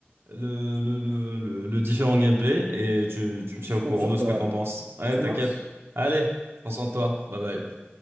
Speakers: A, on the right; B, on the right.
A: le, le, le, le- le différent gameplay et tu, tu me tiens
B: Je
A: au
B: compte
A: courant
B: sur
A: de ce
B: toi
A: que t'en
B: alors.
A: penses. Ouais,
B: Ça
A: t'inquiète.
B: marche.
A: Allez, prends soin de toi. Bye bye.